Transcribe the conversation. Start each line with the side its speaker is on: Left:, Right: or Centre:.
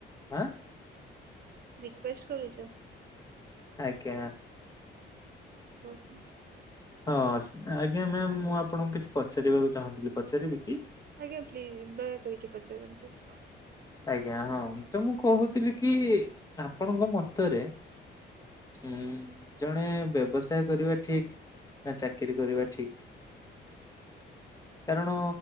Left: ଆଁ।
Right: ରିକୁଏଷ୍ଟ କରୁଚ।
Left: ଆଜ୍ଞା।
Right: ଓହୋ।
Left: ହଁ ଆଜ୍ଞା ମ୍ୟାମ ମୁଁ ଆପଣଙ୍କୁ କିଛି ପଚାରିବାକୁ ଚାହୁଁଥିଲି ପଚାରିବି କି।
Right: ଆଜ୍ଞା ପ୍ଲିଜ ଦୟା କରିକି ପଚାରନ୍ତୁ।
Left: ଆଜ୍ଞା ହଁ ତ ମୁଁ କହୁଥିଲି କି ଆପଣଙ୍କ ମତରେ ହୁଁ ଜଣେ ବ୍ୟବସାୟ କରିବା ଠିକ। ନା ଚାକିରିୀ କରିବା ଠିକ। କାରଣ